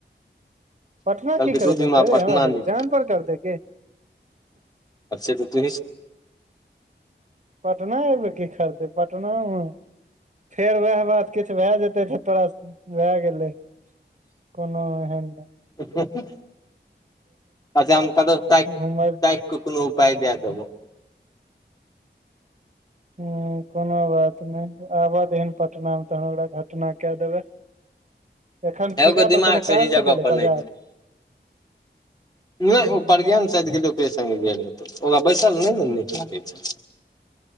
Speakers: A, on the right; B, on the left.
A: पटना
B: कहलकै
A: की करै
B: दू
A: लए
B: दिन
A: एतै
B: मे पटना
A: हमरा सबके
B: नहि
A: जानपर करतै की
B: आब से तं तूहि सभ
A: पटना अयबै की करतैय पटनामे फेर वएह बात किछ भए जेतै तऽ तोरा भए गेलै कोनो एहेन
B: हुँ हह अच्छा हम ताकि
A: घुमय
B: कं कोनो पाय दादेबो
A: हं कोनो बात नहि आबऽ दिहिन पटना मे तहन ओकरा घटना कैय देबै एखन
B: हे
A: ठीका
B: ओकर दिमाग
A: पर कोनो
B: सही
A: काज
B: जगह
A: से गेलै
B: पर
A: बाजार
B: नहि नहि
A: हूँ
B: ओ पर्यन्त चलि गेल त ओकरे संगे गेल हैतेय ओकरा बैसल नहि ने नीक लागै छै